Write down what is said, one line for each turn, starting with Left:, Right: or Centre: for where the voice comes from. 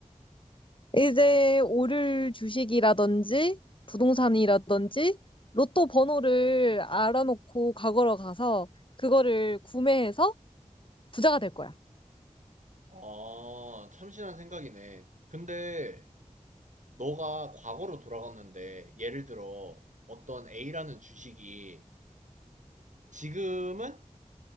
Left: 이제 오를 주식이라든지 부동산이라든지 로또 번호를 알아놓고 과거로 가서 그거를 구매해서 부자가 될 거야.
Right: 아, 참신한 생각이네. 근데 너가 과거로 돌아갔는데 예를 들어 어떤 A라는 주식이 지금은